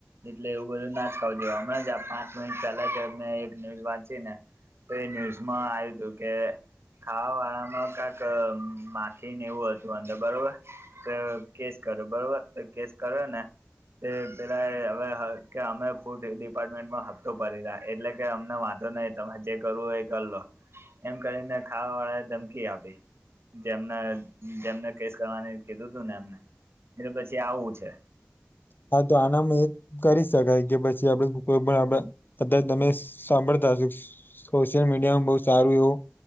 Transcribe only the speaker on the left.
હા તો આનામાં એ કરી શકાય કે પછી આપડે કોઈ પણ આપડે, કદાચ તમે સાંભળતા હશો સોશિયલ મીડિયામાં બહુ સારું એવું,